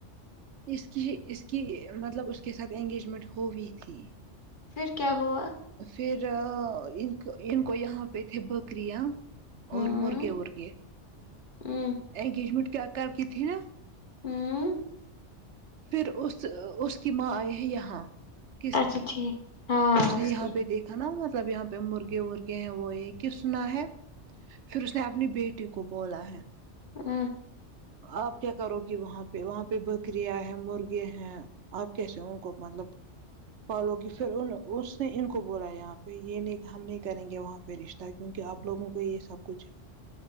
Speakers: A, on the right; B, on the left.
A: اس کی اس کی مطلب اس کے ساتھ انگیجمنٹ ہو ہوئی تھی
B: پھر کیا ہوا
A: پھر ان ان کو یہاں پہ تھے بکریا
B: ہوں
A: اور مرگے ارگے
B: ہوں
A: انگیجمنٹ کیا کر کی تھی نا
B: ہوں
A: پھر اس اس کی ماں آئی ہیں یہاں کس
B: اچھا
A: کی
B: ٹھیک ہاں
A: اس نے یہاں
B: کی
A: پہ دیکھ تھا نا مطلب یہاں پہ مرغے ورغے ہیں وہ یہ کس سنا ہے پھر اس نے اپنی بیٹی کو کوبلا ہے
B: ہاں
A: آپ کیا کرو گی وہاں پہ وہاں پہ بکریاں ہیں مرغے ہیں آپ کیسے کو مطلب پالوگی پھر ان اس نے ان کو بولا یہاں پہ یہ نہیں ہم نہیں کریں گے وہاں پہ رشتے ت کیونکہ آپوگوں کو یہ سب کچھ ہے